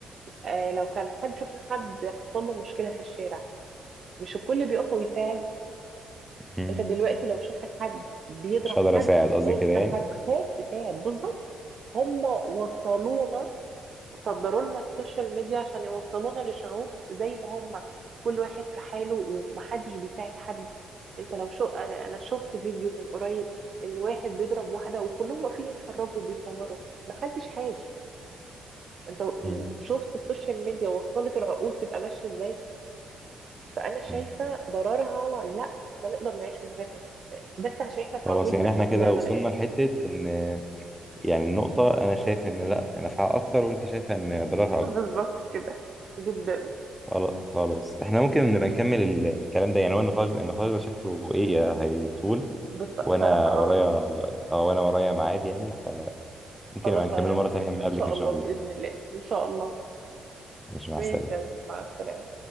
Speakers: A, on the right; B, in the centre.
A: آه لو كان حد شفنا حد حصل له مشكلة في الشارع مش الكل بيقف ويساعد
B: مم.
A: انت دلوقتي لو شفت حد بيضرب
B: مش هقدر
A: حد
B: اساعد قصدي
A: انت
B: كده يعني
A: هتخاف تساعد بالظبط هم وصلونا صدروا لنا السوشيال ميديا عشان يوصلونا لشعوب زي ما هم كل واحد في حاله ومحدش بيساعد حد انت لو شو انا انا شفت فيديو من قريب ان واحد بيضرب واحدة وكلهم واقفين يتفرجوا وبيصوروا محدش هاش انت
B: مم.
A: شفت السوشيال ميديا وصلت العقول تبقى ماشية ازاي فانا شايفه
B: مم.
A: ضررها لا احنا نقدر نعيش من غيرها بس عشان احنا اتعودنا
B: خلاص يعني
A: احنا
B: احنا كده
A: طلعنا
B: وصلنا
A: لقيناها
B: لحتة ان يعني النقطة انا شايف ان لا نفعها اكتر وانت شايفة ان ضررها
A: <laughs>
B: اكتر
A: بالظبط كده جدا
B: خلا- خلاص احنا ممكن نبقى نكمل ال- الكلام ده يعني هو النقاش ده النقاش ده شكله ايه هيطول
A: بس
B: وانا
A: بصراحه اه
B: ورايا اه وانا ورايا ميعاد يعني فممكن
A: خلاص
B: نبقى نكمله
A: آه،
B: مرة تانية لما اقابلك
A: ان شاء
B: ان شاء
A: الله
B: الله
A: باذن الله ان شاء الله
B: ماشي مع
A: ماشي
B: السلامة
A: يا عبد مع السلامه